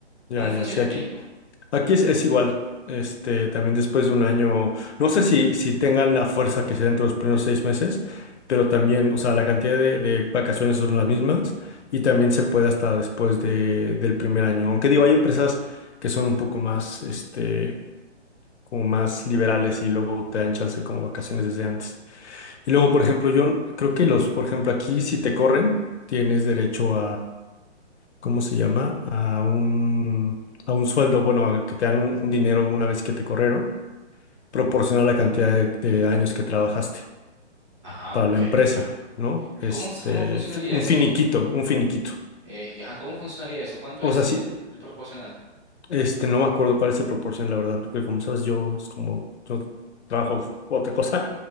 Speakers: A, on the left (about 70°); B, on the right (about 25°).
A: Ya,
B: ¿Cómo funciona
A: ya, sí,
B: en
A: aquí.
B: México?
A: Aquí es, es igual. Este, también después de un año, no sé si, si tengan la fuerza que sea dentro de los primeros seis meses, pero también, o sea, la cantidad de, de vacaciones son las mismas y también se puede hasta después de, del primer año. Aunque digo, hay empresas que son un poco más, este, como más liberales y luego te dan chance como vacaciones desde antes. Y luego, por ejemplo, yo creo que los, por ejemplo, aquí si te corren, tienes derecho ¿cómo se llama? A un, a un sueldo, bueno, a que te dan un, un dinero una vez que te corrieron, proporciona la cantidad de, de años que trabajaste
B: Ajá,
A: para
B: ok,
A: la empresa,
B: ok.
A: ¿no? Este,
B: ¿Cómo, es- cómo funcionaría
A: fi- un
B: eso?
A: finiquito, un finiquito.
B: Eh, ajá, ¿cómo funcionaría eso? ¿Cuánto
A: O
B: es
A: sea,
B: el,
A: sí,
B: el proporcional?
A: este, no me acuerdo cuál es el proporción, la verdad, porque como sabes, yo es como yo trabajo otra cosa,